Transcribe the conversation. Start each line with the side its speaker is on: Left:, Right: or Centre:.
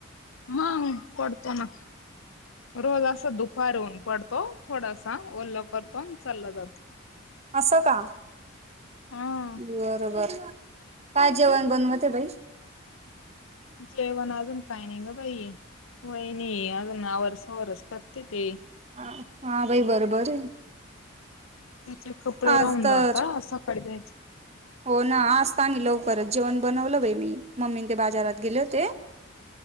Left: मग पडतो ना, रोज असं दुख पडून पडतो थोडासा, ओल्ल करतो, अन् चालला जातो.
Right: असं का?
Left: हा
Right: बर बर, काय जेवण बनवते बाई?
Left: जेवण अजून काही नाही ग बाई, वहिणी अजून आवरसवरस करते ते
Right: ह हा, बाई बरोबरय.
Left: तीचे कपडे
Right: आज
Left: राहून
Right: तर
Left: जाता सकाळी धोयचे.
Right: हो ना आज तर आमी लवकरच जेवण बनवलं बाई मी, मम्मी ते बाजारात गेले होते.